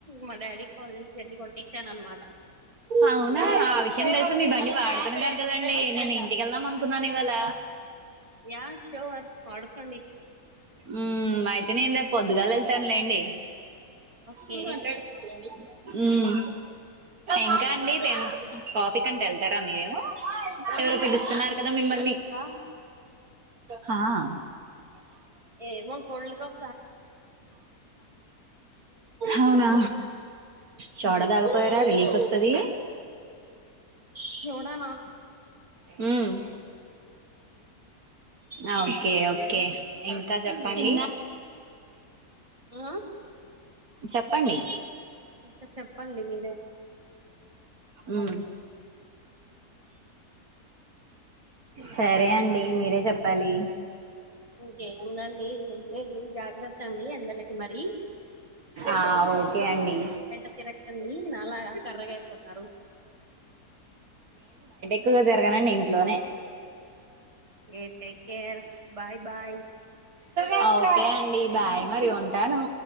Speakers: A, on the right; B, on the right.
A: మా డాడీ కాలేజ్ కెళ్ళి కొట్టిచ్చాను అనమాట
B: అవునా ఆ విషయం తెలిసి మీ బండి వాడుకునేదాన్ని కదండి నేను ఇంటికెళ్దాం అనుకున్నాను ఇవాళ
A: యా షూర్ వాడుకోండి
B: ఉమ్ మ ఇంటి నిండా పొద్దుగాల వెళ్తాన్లేండి
A: ఓకే
B: హ మాట్లాడుతుంటదండి ఉమ్ ఇంకా అండి మేము
A: ఆ?
B: కాఫి కట్ట వెళ్తారా మీరు ఎవరో
A: ఓ,
B: పిలుస్తున్నారు కదా మిమ్మల్ని
A: ఇంకా
B: హాయ్
A: ఏం లా కొడిలి కం
B: అవునా షోడా తగపోయారా రిలీఫ్ వస్తది
A: షోడా నా
B: ఉమ్ ఆ‌ ఓకే ఓకే ఇంకా చెప్పండి
A: ఆ?
B: జ చెప్పండి
A: ఇంకా చెప్పండి మీరే
B: ఉమ్ సరే అండి మీరే చెప్పాలి
A: ఇంకేముందండి ఏం లేదు జాగ్రత్త అండి ఎండలకి మరి
B: ఆ ఓకే అండి
A: బయట తిరక్కండి నాలా కర్రిగయిపోతారు
B: క్కువ తిరగనండి ఇంట్లోనే
A: ఏ టేక్ కేర్ బాయ్ బాయ్
B: ఆ ఓకే అండి బాయ్ మరి ఉంటాను